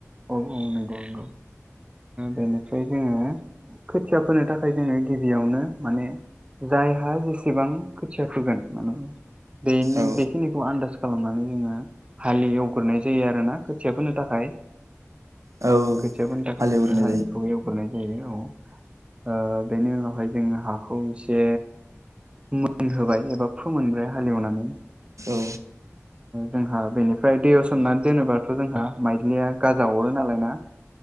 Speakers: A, on the right (about 20°); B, on the right (about 80°).
A: औ औन दनो बेनिफ्राय जोङो खोथिया फोनो थाखाय जोङो गिबियावनो माने जायहा जेसेबां खोथिया फोगोन मान बेनि
B: औ
A: बेखिनिखौ आन्दाज खालामनानै जोङो हाललि एवग्रोनाय जायो आरोना खोथियाफोरनो थाखाय <unintelligible>
B: औ
A: नि थाखाय
B: हालेवग्रोनाय
A: जों हाखौ
B: जायो
A: एव गुरनाय जायो औ बेनि उनावहाय जोङो हाखौ एसे फ मोनहोबाय एबा फोमोनब्रबाय हालेवनानै
B: औ
A: जोंहा बेनिफ्राय दैयाव सोमनानै दोनोबाथ' जोंहा माइलिया गाजा अरो नालाय ना